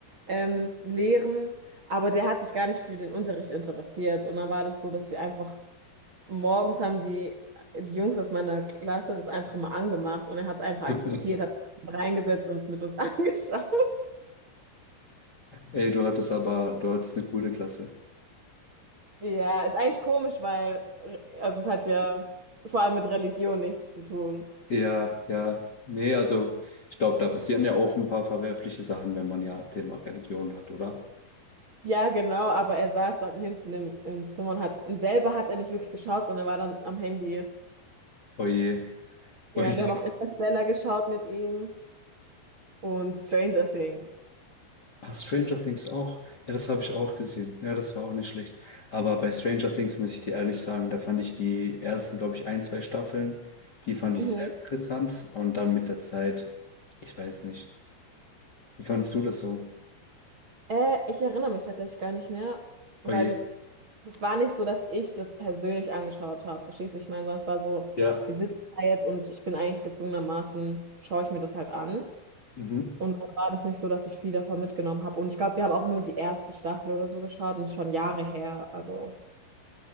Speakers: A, on the right; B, on the left.
A: ähm, lehren. Aber der hat sich gar nicht für den Unterricht interessiert. Und dann war das so, dass wir einfach morgens haben die, die Jungs aus meiner Klasse das einfach mal angemacht und er hat es einfach
B: <laughs>
A: akzeptiert, hat sich reingesetzt und es mit uns <laughs> angeschaut.
B: Ey, du hattest aber, du hattest eine coole Klasse.
A: Ja, ist eigentlich komisch, weil, äh, also es hat ja vor allem mit Religion nichts zu tun.
B: Ja, ja. Nee, also ich glaube, da passieren ja auch ein paar verwerfliche Sachen, wenn man ja Thema Religion hat, oder?
A: Ja, genau, aber er saß dann hinten im, im Zimmer und hat, und selber hat er nicht wirklich geschaut, sondern war dann am Handy.
B: Oje,
A: Ja,
B: oje.
A: wir haben auch Interstellar geschaut mit ihm und Stranger Things.
B: Ah, Stranger Things auch. Ja, das habe ich auch gesehen. Ja, das war auch nicht schlecht. Aber bei Stranger Things muss ich dir ehrlich sagen, da fand ich die ersten, glaube ich, ein, zwei Staffeln, die fand ich
A: Mhm.
B: sehr interessant. Und dann mit der Zeit, ich weiß nicht. Wie fandest du das so?
A: Äh, ich erinnere mich tatsächlich gar nicht mehr, weil
B: Oje.
A: das, das war nicht so, dass ich das persönlich angeschaut habe. Verstehst du? Ich meine, sondern es war so,
B: Ja.
A: wir sitzen da jetzt und ich bin eigentlich gezwungenermaßen, schaue ich mir das halt an.
B: Mhm.
A: Und dann war das nicht so, dass ich viel davon mitgenommen habe. Und ich glaube, wir haben auch nur die erste Staffel oder so geschaut und es ist schon Jahre her. Also,